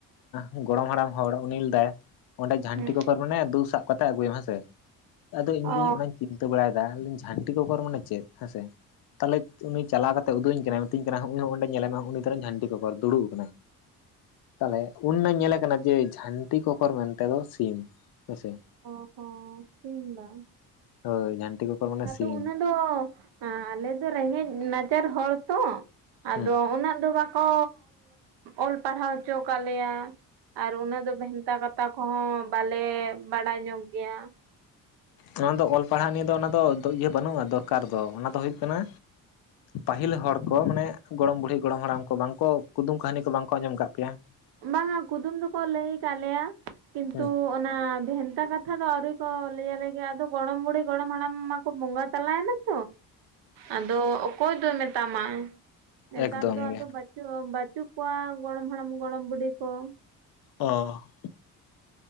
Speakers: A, on the left (about 50°); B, on the right (about 55°).
A: ᱚᱸᱻ ᱜᱚᱲᱚᱢ ᱦᱟᱲᱟᱢ ᱦᱚᱲ ᱩᱱᱤ ᱞᱮᱭᱮᱫᱟᱭ ᱚᱸᱰᱮ ᱡᱷᱟᱹᱱᱴᱤ
B: ᱦᱩᱸ
A: ᱠᱚᱠᱚᱨ ᱢᱮᱱᱟᱭᱟ ᱫᱩ ᱥᱟᱵ ᱠᱟᱛᱮ ᱟᱹᱜᱩᱭᱮᱢ ᱦᱮᱸᱥᱮ ᱟᱫᱚ ᱤᱧ ᱜᱤ
B: ᱚ
A: ᱚᱱᱟᱧ ᱪᱤᱱᱛᱟᱹ ᱵᱟᱲᱟᱭᱮᱫᱟ ᱡᱷᱟᱹᱱᱴᱤ ᱠᱚᱠᱚᱨ ᱢᱟᱱᱮ ᱪᱮᱫ ᱦᱮᱸᱥᱮ ᱛᱟᱦᱚᱞᱮ ᱩᱱᱤ ᱪᱟᱞᱟᱣ ᱠᱟᱛᱮ ᱩᱫᱩᱟᱹᱧ ᱠᱟᱹᱱᱟᱹᱧ ᱢᱤᱛᱟᱹᱧ ᱠᱟᱱᱟ ᱱᱩᱦᱩᱭ ᱱᱚᱜᱼᱚᱭ ᱚᱸᱰᱮ ᱧᱮᱞᱮᱢᱮ ᱩᱱᱤ ᱛᱚᱞᱮᱧ ᱡᱷᱟᱱᱴᱤ ᱠᱚᱠᱚᱨ ᱫᱩᱲᱩᱵ ᱛᱟᱦᱚᱞᱮ ᱩᱱ ᱢᱟᱧ ᱧᱮᱞᱮ ᱠᱟᱱᱟ ᱡᱮ ᱡᱷᱟᱹᱱᱴᱤ ᱠᱚᱠᱚᱨ ᱢᱮᱱᱛᱮ ᱫᱚ ᱥᱤᱢ ᱦᱮᱸᱥᱮ
B: ᱚ ᱦᱚᱸ ᱥᱤᱢ ᱵᱟᱝ
A: ᱦᱳᱭ ᱡᱷᱟᱱᱴᱤ ᱠᱚᱠᱚᱨ ᱢᱟᱱᱮ
B: ᱟᱫᱚ
A: ᱥᱤᱢ
B: ᱚᱱᱟ ᱫᱚ ᱟᱞᱮ ᱫᱚ ᱨᱮᱸᱜᱮᱡ ᱱᱟᱪᱟᱨ ᱦᱚᱲ ᱛᱚ ᱟᱫᱚ
A: ᱦᱮᱸ
B: ᱩᱱᱟᱹᱜ ᱫᱚ ᱵᱟᱠᱚ ᱚᱞ ᱯᱟᱲᱦᱟᱣ ᱦᱚᱪᱚ ᱟᱠᱟᱫ ᱞᱮᱭᱟ᱾ ᱟᱨ ᱩᱱᱟᱹᱜ ᱫᱚ ᱵᱷᱮᱱᱛᱟ ᱠᱟᱛᱷᱟ ᱠᱚᱦᱚᱸ ᱵᱟᱞᱮ ᱵᱟᱲᱟᱭ ᱧᱚᱜ ᱜᱮᱭᱟ ᱾
A: ᱚᱱᱟ ᱫᱚ ᱚᱞ ᱯᱟᱲᱦᱟᱜ ᱱᱤᱭᱮ ᱫᱚ ᱚᱱᱟ ᱫᱚ ᱤᱭᱟᱹ ᱵᱟᱹᱱᱩᱜᱼᱟ ᱫᱚᱨᱠᱟᱨ ᱫᱚ ᱚᱱᱟ ᱫᱚ ᱦᱩᱭᱩᱜ ᱠᱟᱱᱟ ᱯᱟᱹᱦᱤᱞ ᱦᱚᱲ ᱠᱚ ᱢᱟᱱᱮ ᱜᱚᱲᱚᱢ ᱵᱩᱲᱦᱤ ᱜᱚᱲᱚᱢ ᱦᱟᱲᱟᱢ ᱠᱚ ᱵᱟᱝᱠᱚ ᱠᱩᱫᱩᱢ ᱠᱟᱹᱦᱱᱤ ᱠᱚ ᱵᱟᱝᱠᱚ ᱟᱸᱡᱚᱢ ᱠᱟᱜ ᱯᱮᱭᱟ?
B: ᱵᱟᱝᱟ ᱠᱩᱫᱩᱢ ᱫᱚᱠᱚ ᱞᱟᱹᱭ ᱟᱠᱟᱫ ᱞᱮᱭᱟ ᱠᱤᱱᱛᱩ
A: ᱦᱩᱸ
B: ᱚᱱᱟ ᱵᱷᱮᱱᱛᱟ ᱠᱟᱛᱷᱟ ᱫᱚ ᱟᱹᱣᱨᱤ ᱠᱚ ᱞᱟᱹᱭᱟᱞᱮ ᱜᱮ ᱟᱫᱚ ᱜᱚᱲᱚᱢ ᱵᱩᱲᱦᱤ, ᱜᱚᱲᱚᱢ ᱦᱟᱲᱟᱢ ᱢᱟ ᱠᱚ ᱵᱚᱸᱜᱟ ᱛᱟᱞᱟᱭᱮᱱᱟ ᱾
A: ᱦᱮ
B: ᱟᱫᱚ ᱚᱠᱚᱭ ᱫᱚᱭ ᱢᱮᱛᱟᱢᱟ? ᱱᱮᱛᱟᱨ
A: ᱮᱠᱫᱚᱢ
B: ᱫᱚ
A: ᱜᱮ
B: ᱟᱫᱚ ᱵᱟ ᱵᱟᱪᱩᱜ ᱠᱚᱣᱟ ᱜᱚᱲᱚᱢ ᱦᱟᱲᱟᱢ ᱜᱚᱲᱚᱢ ᱵᱩᱰᱷᱤ ᱠᱚ ᱾
A: ᱚ ᱾